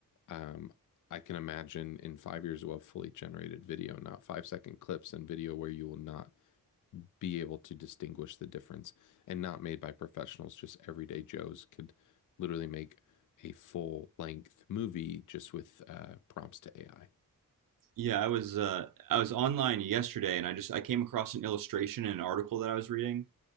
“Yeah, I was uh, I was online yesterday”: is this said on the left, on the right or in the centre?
Right